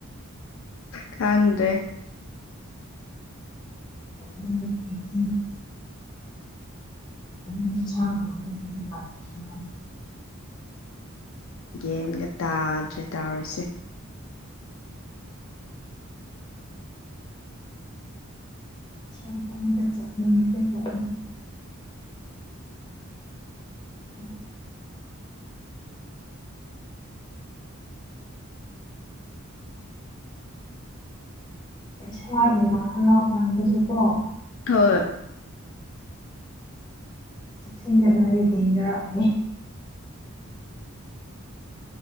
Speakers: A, on the left; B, on the left.
A: ꯈꯪꯗꯦ
B: ꯅꯨꯡꯇꯤꯒꯤ ꯑꯗꯨ ꯁꯥ ꯉꯥꯡ ꯑꯃꯅꯤ <inaudible>
A: ꯌꯦꯟꯒ ꯇꯥꯗ꯭ꯔꯦ ꯇꯥꯔꯁꯦ
B: ꯆꯠꯈ꯭ꯔ ꯂꯥꯛꯁꯦ ꯎꯝ ꯄꯩꯁꯥꯒꯤ ꯉ ꯍꯥꯎ ꯀꯥꯡꯥꯡꯕꯁꯨ ꯀꯣ
A: ꯍꯣꯏ
B: ꯆꯦꯛꯁꯤꯟꯒꯗ ꯃꯅꯤ ꯇꯦꯡꯗꯔꯑꯅꯦ